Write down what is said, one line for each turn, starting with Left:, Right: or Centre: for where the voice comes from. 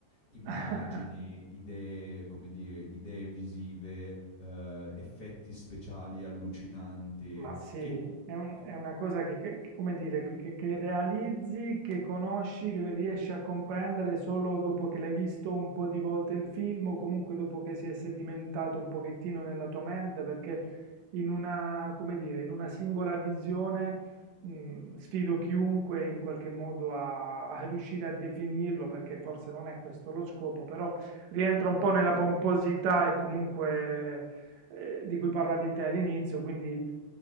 Left: immagini,
Right: <laughs>
Left: idee, come dire, idee visive, eh, effetti speciali allucinanti.
Right: Ma sì,
Left: Che...
Right: è, un-
Left: eh,
Right: è una cosa che, che- che- come dire, che, che- che realizzi, che conosci, che riesci a comprendere solo dopo che l'hai visto un po' di volte il film o comunque dopo che si è sedimentato un pochettino nella tua mente, perché in una, come dire, in una singola visione, mh, sfido chiunque in qualche modo a, a riuscire a definirlo, perché forse non è questo lo scopo, però rientra un po' nella pomposità e comunque eh, di cui parlavi te all'inizio, quindi